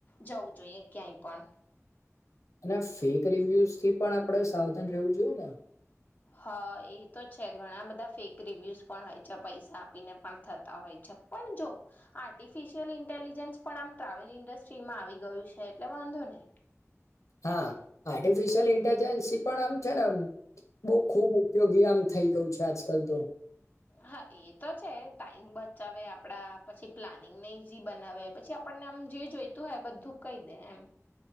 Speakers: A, on the left; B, on the left.
A: જવું જોઈએ ક્યાંય પણ
B: અને ફેક રિવ્યુઝ થી પણ આપણે સાવધાન રહેવું જોઈએ ને
A: હા એ તો છે ઘણા બધા ફેક રિવ્યુઝ પણ હોય છે પૈસા આપીને પણ થતા હોય છે પણ જો આર્ટિફિશિયલ ઇન્ટેલિજન્સ પણ આમ ટ્રાવેલ ઇન્ડસ્ટ્રીમાં આવી ગયું છે એટલે વાંધો નહી
B: હા આર્ટિફિશિયલ ઇન્ટેલિજન્સ પણ આમ છે ને બહુ ખુબ ઉપયોગી આમ થઈ ગયું છે આજકાલ તો
A: હા એ તો છે ટાઈમ બચાવે આપડા પછી પ્લાનિંગને ઈઝી બનાવે પછી આપણને આમ જે જોઈતું હોય બધું કહી દે એમ